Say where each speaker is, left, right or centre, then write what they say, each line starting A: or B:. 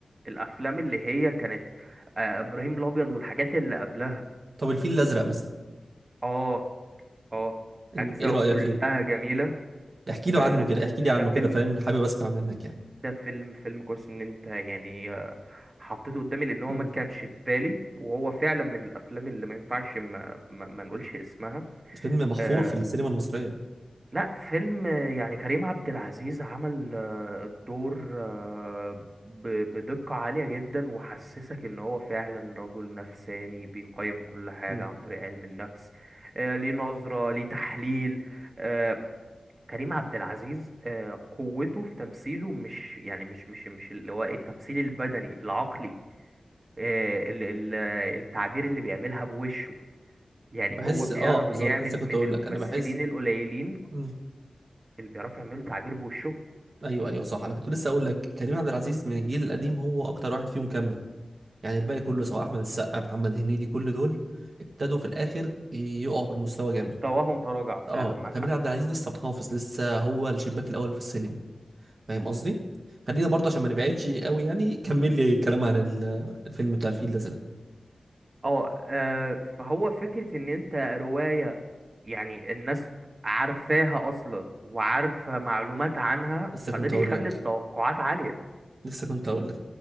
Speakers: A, on the right; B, on the right.
A: الأفلام اللي هي كانت آه، إبراهيم الأبيض والحاجات اللي قبلها
B: طب الفيل الأزرق مثلا
A: آه آه أجزاؤه
B: إن- إيه رأيك
A: كلها
B: فيه؟
A: جميلة
B: احكي له
A: آه،
B: عنه
A: ده
B: كده احكي
A: ده
B: لي عنه
A: ده فيلم
B: كده فاهم حابب اسمع منك يعني
A: ده فيلم فيلم كويس إن أنت يعني آه، حطيته قدامي لأن هو
B: مم.
A: ما كانش في بالي وهو فعلا من الأفلام اللي ما ينفعش ما, ما, ما نقولش اسمها
B: الفيلم محفور
A: آه،
B: في السينما المصرية
A: لا فيلم يعني كريم عبد العزيز عمل آه، الدور آه، ب- بدقة عالية جدا وحسسك ان هو فعلا رجل نفساني بيقيم كل حاجة
B: مم.
A: عن طريق علم النفس آه، ليه نظرة ليه تحليل آه، كريم عبد العزيز آه، قوته في تمثيله مش يعني مش مش مش اللي هو التمثيل البدني العقلي آه، ال- ال- التعبير اللي بيعملها بوشه يعني
B: بحس
A: هو بيعرف
B: اه بالظبط
A: يعمل
B: لسه كنت
A: من
B: اقول
A: الممثلين
B: لك انا بحس
A: القليلين
B: مم.
A: اللي بيعرفوا يعملوا تعبير بوشهم
B: ايوه ايوه صح انا كنت لسه اقول لك كريم عبد العزيز من الجيل القديم هو اكتر واحد فيهم كمل يعني الباقي كله سواء احمد السقا محمد هنيدي كل دول ابتدوا في الاخر يقعوا بالمستوى
A: بص
B: جامد
A: مستواهم تراجع فعلا
B: اه
A: معاك
B: كريم
A: حق
B: عبد العزيز لسه محافظ لسه هو الشباك الاول في السينما فاهم قصدي خلينا برضه عشان ما نبعدش قوي يعني كمل لي كلام عن ال- الفيلم بتاع الفيل الازرق
A: اه آه، فهو فكرة ان انت رواية يعني الناس عارفاها اصلا وعارفة معلومات عنها
B: لسه
A: فده
B: كنت
A: بيخلي
B: اقول لك
A: التوقعات عالية
B: لسه كنت اقول لك